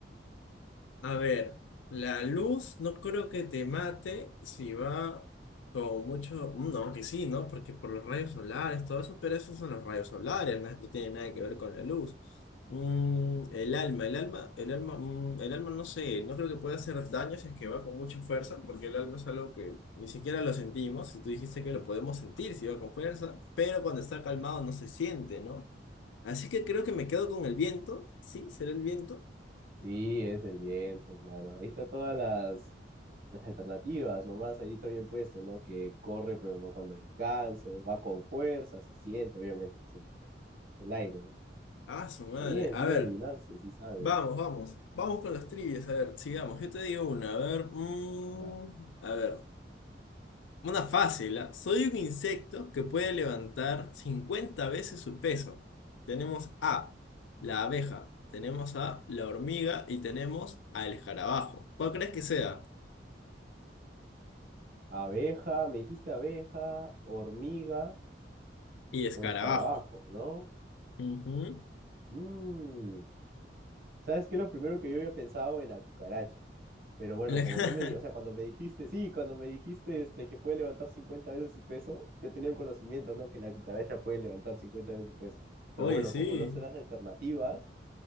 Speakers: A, on the left; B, on the right.
A: A ver, la luz no creo que te mate si va con mucho, mm, aunque sí, ¿no? Porque por los rayos solares, todo eso, pero esos son los rayos solares, ¿no? No tiene nada que ver con la luz. Mm, el alma, el alma, el alma, mm, el alma no sé, no creo que pueda hacer daño si es que va con mucha fuerza, porque el alma es algo que ni siquiera lo sentimos, y tú dijiste que lo podemos sentir si va con fuerza, pero cuando está calmado no se siente, ¿no? Así que creo que me quedo con el viento, sí, será el viento.
B: Sí, es el diente, claro. Ahí está todas las, las alternativas, nomás ahí está bien puesto, ¿no? Que corre pero no cuando descanso, va con fuerza, se siente, obviamente que es el viento, el aire, ¿no?
A: Ah, su madre.
B: Está bien,
A: A
B: sí
A: ver.
B: la adivinaste, sí sabes.
A: Vamos, vamos. Vamos con las trivias. A ver, sigamos. Yo te digo una. A ver. mm,
B: Ya.
A: a ver. Una fácil, ¿ah? Soy un insecto que puede levantar 50 veces su peso. Tenemos A, la abeja. Tenemos a la hormiga y tenemos al escarabajo. ¿Cuál crees que sea?
B: Abeja, me dijiste abeja, hormiga
A: Y escarabajo.
B: o escarabajo, ¿no?
A: Ujú.
B: Mm, ¿Sabes qué? Lo primero que yo había pensado en la cucaracha. Pero bueno,
A: La-
B: como no me di, o sea, cuando me dijiste, sí, cuando me dijiste este, que puede levantar cincuenta veces su peso, ya tenía un conocimiento, ¿no? Que la cucaracha puede levantar 50 veces su peso. Pero
A: <laughs> Oye,
B: bueno,
A: sí.
B: como no sé las alternativas,